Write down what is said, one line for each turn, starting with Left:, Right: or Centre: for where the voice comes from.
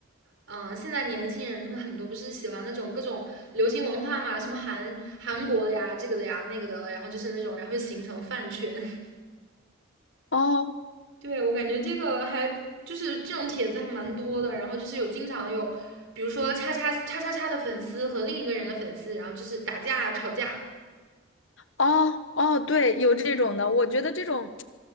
Right: 嗯，现在年轻人他们很多不是喜欢那种各种流行文化嘛，什么韩韩国的呀，这个的呀，那个的，然后就是那种，然后就形成饭圈。
Left: 哦，
Right: 对，我感觉这个还就是这种帖子还蛮多的，然后就是有经常有，比如说叉叉叉叉叉的粉丝和另一个人的粉丝，然后就是打架啊吵架。
Left: 哦，哦，对，有这种的，我觉得这种